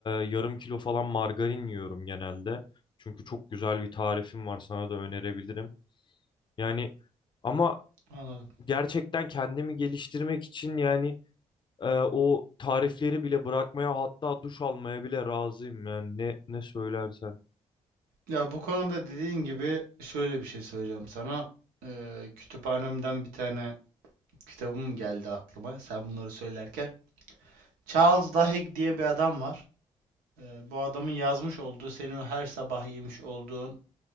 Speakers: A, on the left; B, on the right.
A: yarım kilo falan margarin yiyorum genelde. Çünkü çok güzel bir tarifim var sana da önerebilirim. Yani ama
B: Anladım.
A: gerçekten kendimi geliştirmek için yani ee, o tarifleri bile bırakmaya hatta duş almaya bile razıyım yani ne ne söylersen.
B: Ya bu konuda dediğin gibi şöyle bir şey söyleyeceğim sana. Ee, kütüphanemden bir tane kitabım geldi aklıma sen bunları söylerken. Charles Duhigg diye bir adam var. Ee, bu adamın yazmış olduğu senin o her sabah yemiş olduğun